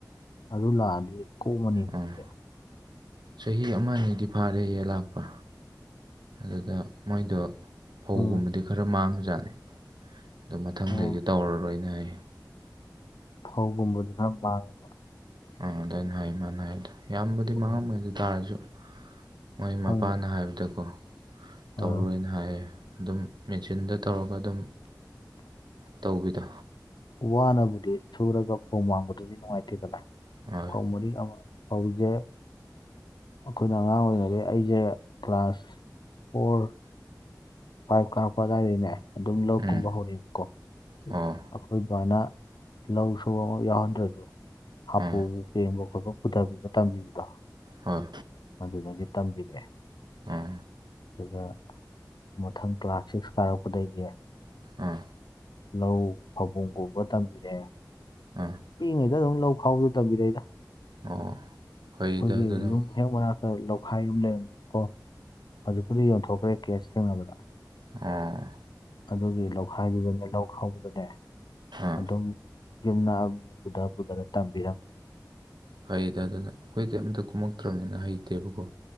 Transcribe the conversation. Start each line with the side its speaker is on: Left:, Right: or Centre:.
Left: ꯑꯗꯨ ꯂꯥꯛꯑꯗꯤ ꯀꯣꯛꯃꯅꯤ
Right: ꯑꯥ
Left: ꯑꯗꯨꯗꯤ
Right: ꯆꯍꯤ ꯑꯃꯅꯤꯗꯤ ꯐꯥꯔꯦꯍꯦ ꯂꯥꯛꯄ ꯑꯗꯨꯗ ꯃꯣꯏꯗꯣ ꯐꯧꯒꯨꯝꯕꯗꯤ
Left: ꯎꯝ
Right: ꯈꯔ ꯃꯥꯡꯕꯖꯥꯠꯅꯤ ꯑꯗꯣ ꯃꯊꯪꯗꯩꯗꯤ
Left: ꯑꯣ
Right: ꯇꯧꯔꯔꯣꯏꯅ ꯍꯥꯏꯌꯦ
Left: ꯐꯧꯒꯨꯝꯕꯗꯨ ꯈꯔ ꯃꯥꯥꯡꯉꯦ
Right: ꯑꯥ ꯑꯗꯨꯃꯥꯢꯅ ꯍꯥꯏ ꯃꯥꯅ ꯍꯥꯏꯗꯢ ꯌꯥꯝꯕꯗꯤ
Left: ꯑꯣ
Right: ꯃꯥꯡꯉꯝꯃꯣꯏ ꯑꯗꯨ ꯇꯥꯔꯁꯨ ꯃꯣꯏ
Left: ꯍꯣꯏꯅꯦ
Right: ꯃꯄꯥꯅ ꯍꯥꯏꯕꯗꯀꯣ
Left: ꯑꯥ
Right: ꯇꯧꯔꯔꯣꯏꯅ ꯍꯥꯏꯌꯦ ꯑꯗꯨꯝ ꯃꯦꯆꯤꯟꯗ ꯇꯧꯔꯒ ꯑꯗꯨꯝ ꯇꯧꯕꯤꯗ
Left: ꯋꯥꯅꯕꯨꯗꯤ ꯁꯨꯔꯒ ꯐꯧ ꯃꯥꯡꯕꯗꯨꯗꯤ ꯅꯨꯡꯉꯥꯏꯇꯦꯗꯅ
Right: ꯍꯣꯏ
Left: ꯐꯧ ꯃꯔꯤꯛ ꯃꯔꯤꯛ ꯅ ꯐꯧ ꯖꯦ ꯑꯩꯈꯣꯏꯅ ꯑꯉꯥꯡ ꯑꯣꯏꯔꯤꯉꯩꯩ ꯑꯩꯁꯦ ꯀ꯭ꯂꯥꯁ ꯐꯣꯔ ꯄꯥꯏꯞ ꯀꯥꯔꯛꯄ ꯑꯗꯨꯗꯥꯋꯥꯏꯗꯅꯦ ꯑꯗꯨꯝ ꯂꯧ
Right: ꯎꯝ
Left: ꯀꯨꯝꯕ ꯍꯧꯕꯀꯣ
Right: ꯑꯣ
Left: ꯑꯩꯈꯣꯏ ꯕꯥꯅ ꯂꯧ ꯁ ꯑꯃ ꯌꯥꯎꯍꯟꯗ꯭ꯔꯁꯨꯣ ꯍꯥꯄꯨ
Right: ꯑꯥ
Left: ꯌꯦꯡꯕ ꯈꯣꯠꯄ ꯄꯨꯊꯕꯤꯕ ꯇꯝꯕꯤꯕꯗꯣ
Right: ꯍꯣꯏ
Left: ꯑꯗꯨꯗꯒꯤ ꯇꯝꯕꯤꯔꯛꯑꯦ
Right: ꯑꯥ
Left: ꯑꯗꯨꯗ ꯃꯊꯪ ꯀ꯭ꯂꯥꯁ ꯁꯤꯛꯁ ꯀꯥꯔꯛꯄꯗꯩꯗꯤ
Right: ꯑꯥ
Left: ꯂꯧ ꯐꯕꯨꯡ ꯀꯕ ꯇꯝꯕꯤꯔꯛꯑꯦ
Right: ꯎꯝ
Left: ꯄꯤꯛꯏꯉꯩꯗ ꯑꯗꯨꯝ ꯂꯧ ꯈꯥꯎꯁꯨ ꯇꯝꯕꯤꯔꯛꯏꯗ
Right: ꯑꯣ ꯐꯩꯗ
Left: ꯑꯩꯈꯣꯏꯒꯤ
Right: ꯑꯗꯨꯅ
Left: ꯌꯨꯝ
Right: ꯍꯣꯏ
Left: ꯍꯦꯛ ꯃꯅꯥꯛꯇ ꯂꯧꯈꯥꯏ ꯌꯨꯝ ꯂꯩꯔꯝꯃꯦꯕꯀꯣ ꯑꯗꯨ ꯑꯗꯨ ꯌꯣꯟꯊꯣꯛꯈ꯭ꯔꯦ ꯀꯦꯁ ꯊꯦꯡꯅꯕꯗ
Right: ꯎꯝ
Left: ꯑꯗꯨꯒꯤ ꯂꯧꯈꯥꯏꯗꯨꯗꯅꯦ ꯂꯧ ꯈꯥꯎꯕꯗꯅꯦ
Right: ꯑꯥ
Left: ꯑꯗꯨꯝ ꯌꯨꯝꯅꯗꯥꯗꯕꯤꯔ
Right: ꯐꯩꯗ ꯑꯗꯨꯅ ꯑꯩꯈꯣꯏꯗꯤ ꯑꯝꯇ ꯀꯨꯝꯃꯛꯇ꯭ꯔꯕꯅꯤꯅ ꯍꯩꯇꯦꯕꯀꯣ